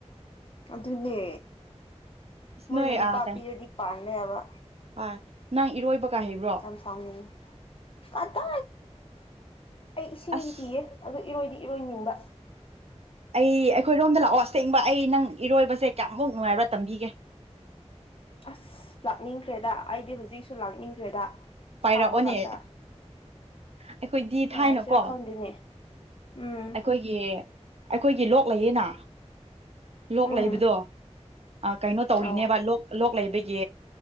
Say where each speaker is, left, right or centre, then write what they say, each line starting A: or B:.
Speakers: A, on the left; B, on the right.
A: ꯑꯗꯨꯅꯦ
B: ꯑꯁ
A: ꯃꯣꯏꯅ
B: ꯅꯣꯏ
A: ꯅꯨꯄꯥ
B: ꯑꯥ ꯀꯩ
A: ꯄꯤꯔꯗꯤ ꯄꯥꯟ ꯌꯥꯕ
B: ꯍꯣꯏ ꯅꯪ ꯏꯔꯣꯏꯕꯒ ꯍꯩꯕ꯭ꯔꯣ
A: ꯁꯁꯅꯤ ꯀꯗꯥ ꯑꯩ ꯏꯁꯤꯡꯗꯤ
B: ꯑꯁ
A: ꯀꯤꯌꯦ ꯑꯗꯨ ꯏꯔꯣꯏꯗꯤ ꯏꯔꯣꯏꯅꯤꯡꯕ
B: ꯑꯩ ꯑꯩꯈꯣꯏꯔꯣꯝꯗ ꯂꯥꯛꯑꯣ ꯑꯁꯦꯡꯕ ꯑꯩ ꯅꯪ ꯏꯔꯣꯏꯕꯁꯦ ꯀꯌꯥꯃꯨꯛ ꯅꯨꯡꯉꯥꯏꯕ꯭ꯔꯥ ꯇꯝꯕꯤꯒꯦ
A: ꯑꯁ ꯂꯥꯛꯅꯤꯡꯈ꯭ꯔꯦꯗ ꯑꯩꯗꯤ ꯍꯧꯖꯤꯛꯁꯨ ꯂꯥꯛꯅꯤꯡꯈ꯭ꯔꯦꯗ
B: ꯄꯥꯏꯔꯛꯑꯣꯅꯦ
A: ꯁꯥꯕ ꯀꯥꯟꯗ
B: ꯑꯩꯈꯣꯏꯗꯤ
A: ꯑꯁ ꯄꯥꯏꯁꯤꯔꯥ
B: ꯊꯥꯏꯅꯀꯣ
A: ꯈꯪꯗꯦꯅꯦ ꯎꯝ
B: ꯑꯩꯈꯣꯏꯒꯤ ꯑꯩꯈꯣꯏꯒꯤ ꯂꯣꯛ ꯂꯩꯌꯦꯅ ꯂꯣꯛ
A: ꯎꯝ
B: ꯂꯩꯕꯗꯣ ꯀꯩꯅꯣ ꯇꯧꯔꯤꯅꯦꯕ
A: ꯑꯧ
B: ꯂꯣꯛ ꯂꯣꯛ ꯂꯩꯕꯒꯤ